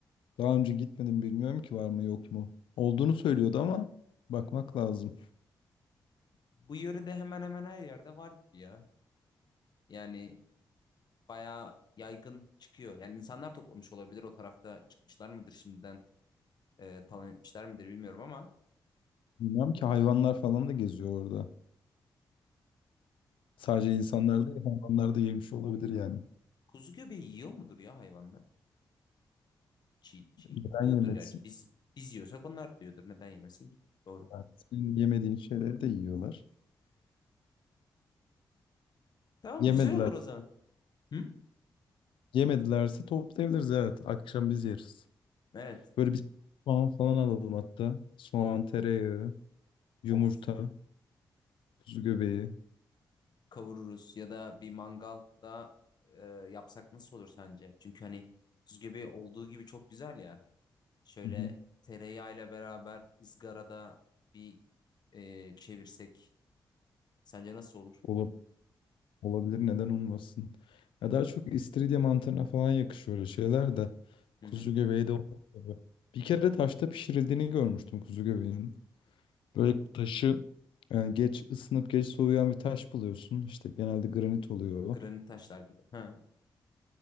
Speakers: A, on the left; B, on the left.
A: daha önce gitmedim bilmiyorum ki var mı yok mu. Olduğunu söylüyordu ama bakmak lazım.
B: Bu yörede hemen hemen her yerde var gibi ya. Yani bayağı yaygın çıkıyor. Yani insanlar toplamış olabilir. O tarafta çıkmışlar mıdır şimdiden e, talan etmişler midir bilmiyorum ama
A: Bilmiyorum ki hayvanlar falan da geziyor orada. Sadece
B: kuzu
A: insanlar
B: göbe-
A: değil hayvanlar da yemiş olabilir yani.
B: kuzu göbeği yiyor mudur ya hayvanlar? Çiğ çiğ
A: Neden
B: yiyordur
A: yemesin?
B: gerçi. Biz biz yiyorsak onlar da yiyordur. Neden yemesin ki? Doğru.
A: Yani senin yemediğin şeyleri de yiyorlar.
B: Tamam
A: Yemediler.
B: güzel olur o zaman. Hı?
A: Yemedilerse toplayabiliriz evet. Akşam biz yeriz.
B: Evet.
A: Böyle bir soğan falan alalım hatta. Soğan, tereyağı, yumurta,
B: Of
A: kuzu göbeği.
B: kavururuz ya da bir mangalda e, yapsak nasıl olur sence? Çünkü hani buz gibi olduğu gibi çok güzel ya. Şöyle
A: Hı hı.
B: tereyağıyla beraber ızgarada bir e, çevirsek sence nasıl olur?
A: Ola- olabilir neden olmasın. Ya daha çok istiridye mantarına falan yakışıyor öyle şeyler de.
B: Hı
A: Kuzu
B: hı.
A: göbeği de olur tabii. Bir kere taşta pişirildiğini görmüştüm kuzu göbeğinin. Böyle taşı e, geç ısınıp geç soğuyan bir taş buluyorsun. İşte genelde granit oluyor o.
B: Granit taşlar gibi. Ha.